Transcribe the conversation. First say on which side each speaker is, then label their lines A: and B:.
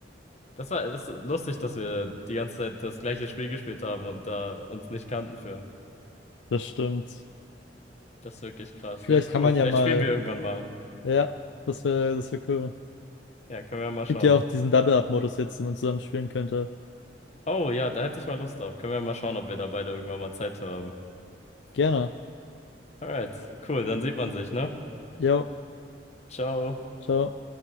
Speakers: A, on the left (about 40°); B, on the left (about 75°).
A: Das war das ist lustig, dass wir die ganze Zeit das gleiche Spiel gespielt haben und da uns nicht kannten für.
B: Das stimmt.
A: Das ist wirklich krass.
B: Vielleicht
A: Ja,
B: kann
A: cool.
B: man
A: Vielleicht
B: ja mal,
A: spielen wir irgendwann mal.
B: ja, das wäre, das wäre cool.
A: Ja, können wir mal schauen.
B: Gibt ja auch diesen Double-Up-Modus
A: Na-
B: jetzt, den man zusammen spielen könnte.
A: Oh ja, da hätte ich mal Lust drauf. Können wir mal schauen, ob wir da beide irgendwann mal Zeit für haben.
B: Gerne.
A: Alright, cool, dann sieht man sich, ne?
B: Jo,
A: Ciao.
B: ciao.